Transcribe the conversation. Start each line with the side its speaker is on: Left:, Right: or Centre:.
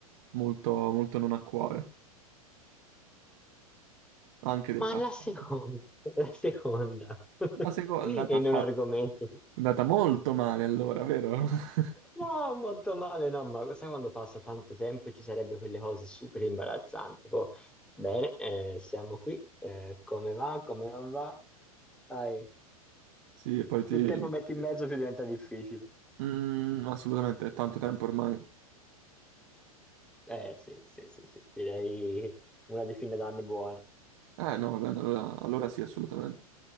Right: molto, molto non a cuore, anche del
Centre: Ma
Right: passato.
Centre: la seconda, la seconda, <laughs>
Right: La seconda
Centre: e
Right: è andata,
Centre: non
Right: fa-
Centre: argomento.
Right: è andata molto male allora, vero? <laughs>
Centre: No, molto male, no, ma sai quando passa tanto tempo e ci sarebbero quelle cose super imbarazzanti. Tipo, bene, eh, siamo qui, eh, come va, come non va. Dai,
Right: Sì, e poi Sì.
Centre: più tempo metti
Right: ti...
Centre: in mezzo, più diventa difficile.
Right: Mm, assolutamente, è tanto tempo ormai.
Centre: Eh sì, sì, sì, sì, direi una decina d'anni buona.
Right: Eh no, va bene, allora, allora sì, assolutamente.